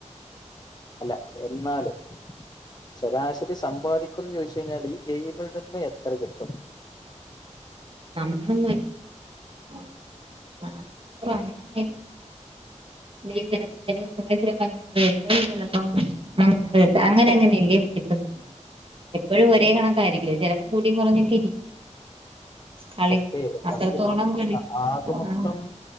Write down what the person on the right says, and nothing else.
നമ്മളന്ന് <unintelligible> അങ്ങനെ <unintelligible> <unintelligible> അങ്ങനെ എങ്ങനെയല്ല കിട്ടുന്ന എപ്പോഴും ഒരേ കണക്കായിരിക്കില്ല ച ചെലപ്പം കൂടിയും കുറഞ്ഞൊക്കെ ഇരിക്കും കളി
അത്രത്തോളം കളിച്ച
ആ